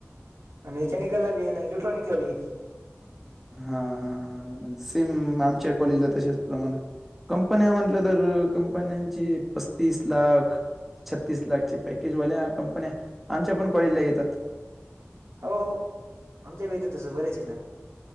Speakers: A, on the right; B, in the centre.
A: आ मेकनिकलला <unintelligible> इलेक्ट्रॉनिकला बी <unintelligible>
B: हा हा हा, सेम आमच्या कॉलेजला तशच प्रमाणात कंपन्या म्हटलं तर, कंपन्यांची पस्तीस लाख छत्तीस लाख पॅकेजवाल्या कंपन्या आमच्या पण कॉलेजला येतात.
A: हो आमच्यात बी येतात तसं बरेच येता.